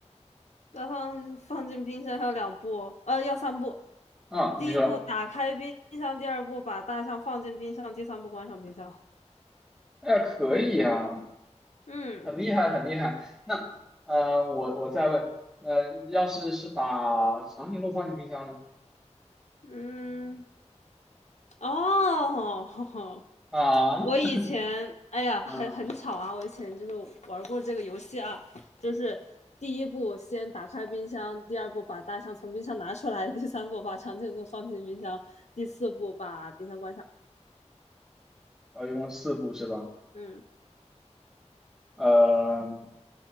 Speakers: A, on the left; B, in the centre.
A: 再放放进冰箱要两步哦呃，要三步，
B: 嗯，
A: 第一步打开冰箱，
B: 你说，
A: 第二步把大象放进冰箱，第三步关上冰箱。<laughs>
B: 哎呀，可以啊，
A: 嗯
B: 很厉害，很厉害。那呃，我我再问，呃，要是是把长颈鹿放进冰箱呢？
A: 嗯，哦，<laughs>
B: 啊，
A: 我以前，
B: <laughs>
A: 哎呀，很很巧啊，
B: 嗯、
A: 我以前就是玩过这个游戏啊，就是第一步先打开冰箱，第二步把大象从冰箱拿出来，第三步把长颈鹿放进冰箱，第四步把冰箱关上。
B: 哦，一共四部是吧？
A: 嗯
B: 呃，